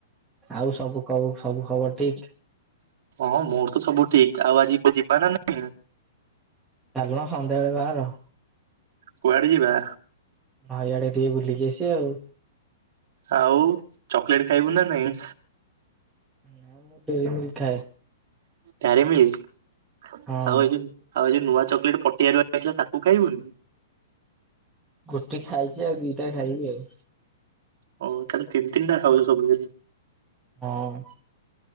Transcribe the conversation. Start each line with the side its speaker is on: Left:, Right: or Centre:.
Centre: ଆଉ ସବୁ କବୁ ସବୁ ଖବର ଠିକ୍?
Right: ହଁ ମୋର ତ ସବୁ ଠିକ୍। ଆଉ ଆଜି କୋ ଯିବା ନା ନାଇଁ?
Centre: ଚାଲୁନ ସନ୍ଧ୍ୟାବେଳେ ବାହାର।
Right: କୁଆଡେ ଯିବା?
Centre: ନଈ ଆଡେ ଟିକେ ବୁଲିକି ଆସିଆ ଆଉ।
Right: ଆଉ ଚକଲେଟ ଖାଇବୁ ନା ନାଇଁ?
Centre: ନା ମୁଁ ଡେରିମିଲ୍କ ଖାଏ।
Right: ଡ୍ୟାରି ମିଲ୍କ
Centre: ହଁ
Right: ଆଉ <unintelligible> ଆଉ ଯୋଉ ନୂଆ ଚକୋଲେଟ୍ ପଟିଆରୁ ଆଣିଥିଲା ତାକୁ ଖାଇବୁନି?
Centre: ଗୋଟେ ଖାଇଛି ଆଉ ଦିଟା ଖାଇବି ଆଉ
Right: ହଉ ତାହାଲେ ତିିନି ତିିନିଟା ଖାଉଛୁ ସବୁଦିନ
Centre: ହଁ।